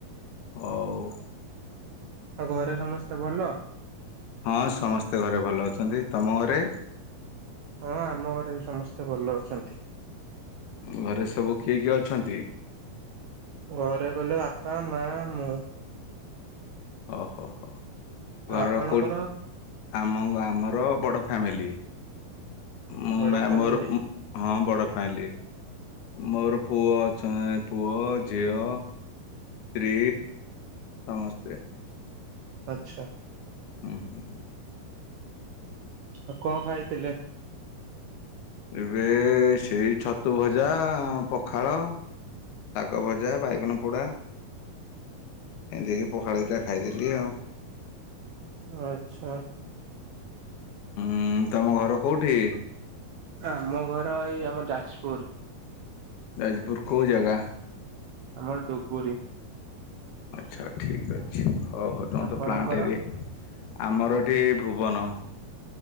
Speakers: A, on the left (about 85°); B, on the right (about 75°).
A: ହଉ।
B: ଆଉ ଘରେ ସମସ୍ତେ ଭଲ?
A: ହଁ ସମସ୍ତେ ଘରେ ଭଲ ଅଛନ୍ତି ତମ ଘରେ?
B: ହଁ ଆମ ଘରେ ବି ସମସ୍ତେ ଭଲ ଅଛନ୍ତି।
A: ଘରେ ସବୁ କିଏ କିଏ ଅଛନ୍ତି?
B: ଘରେ ଗଲେ ବାପା ମା ମୁଁ।
A: ହଉ ହଉ ହଉ। ଘରର
B: ଆପଣଙ୍କର।
A: କୋଉ ଆମ ଆମର ବଡ଼ ଫ୍ୟାମିଲି। ମୁଁ
B: ବଡ ଫ୍ୟାମିଲି
A: ମୋର ହଁ। ବଡ଼ ଫ୍ୟାମିଲି ମୋର ପୁଅ ଅଛ ପୁଅ ଝିଅ। ସ୍ତ୍ରୀ ସମସ୍ତେ।
B: ଆଚ୍ଛା।
A: ହୁଁ ହୁଁ ହୁଁ
B: ଆଉ କଣ ଖାଇଥିଲେ?
A: ଏବେ ସେଇ ଛତୁ ଭଜା ପଖାଳ। ଶାଗ ଭଜା ବାଇଗଣ ପୋଡ଼ା। ଏନ୍ତି ହେଇକି କି ପଖାଳ ଦିଟା ଖାଇଦେଲି ଆଉ।
B: ଆଚ୍ଛା।
A: ହୁଁ ତମ ଘର କୋଉଠି?
B: ଆମ ଘର ଏଇ ଆମ ଯାଜପୁର।
A: ଯାଜପୁର କଉ ଜାଗା?
B: ଆମର ଡ଼ୁବୁରୀ।
A: ଆଚ୍ଛା ଠିକ ଅଛି ହଉ ହଉ ତମର
B: ଆପଣଙ୍କର?
A: ତ ପ୍ଲାଣ୍ଟ ଏରି ଆମର ଏଠି ଭୁବନ।